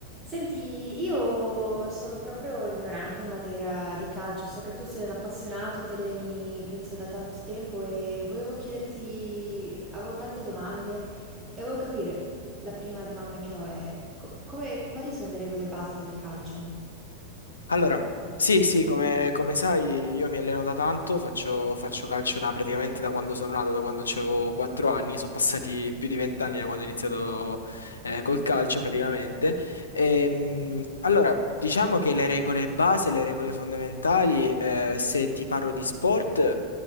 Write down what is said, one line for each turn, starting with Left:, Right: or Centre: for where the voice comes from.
Right: Senti, io sono proprio ignorante in materia di calcio, so che tu sei un appassionato, ti alleni penso da tanto tempo e volevo chiederti, avevo tante domande e volevo capire, la prima domanda che ho è, co- come- quali sono le regole base del calcio?
Left: Allora, sì, sì, come, come sai, io mi alleno da tanto, faccio, faccio calcio da, praticamente da quando sono nato, da quando avevo 4 anni, sono passati più di 20 anni da quando ho iniziato eh, col calcio praticamente. Ehm, allora, diciamo che le regole base, le regole fondamentali, eh, se ti parlo di sport,